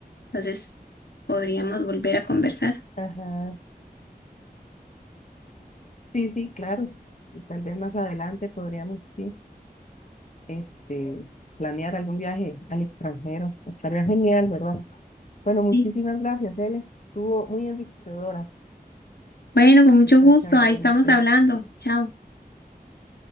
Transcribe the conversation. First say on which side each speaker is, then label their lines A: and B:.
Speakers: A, on the left; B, on the left.
A: Entonces, podríamos volver a conversar.
B: Ajá. Sí, sí, claro. Y Tal vez más adelante podríamos, sí, este, planear algún viaje al extranjero. Estaría genial, ¿verdad? Bueno, muchísimas
A: Sí.
B: gracias, Ele. Estuvo muy enriquecedora
A: Bueno, con mucho
B: esta
A: gusto,
B: charla
A: ahí
B: con
A: estamos
B: usted.
A: hablando. Chao.